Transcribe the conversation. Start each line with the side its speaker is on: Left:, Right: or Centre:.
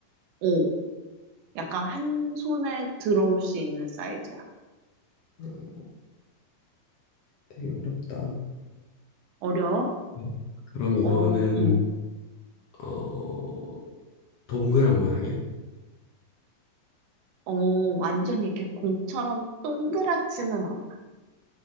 Right: 오, 약간 한 손에 들어올 수 있는 사이즈야.
Left: 어, 되게 어렵다.
Right: 어려워?
Left: 음. 그럼 이거는,
Right: 어, 음,
Left: 어, 동그란 모양이야?
Right: 어, 완전히 이렇게 공처럼 동그랗지는 않아.